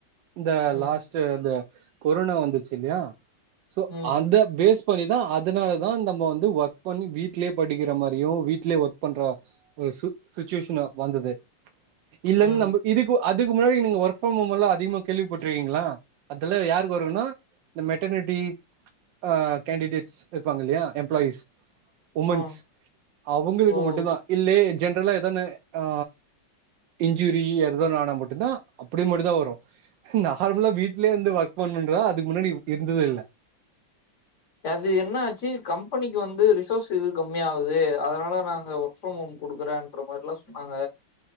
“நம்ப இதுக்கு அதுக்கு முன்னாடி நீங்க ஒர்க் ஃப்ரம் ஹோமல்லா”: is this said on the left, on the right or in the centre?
Right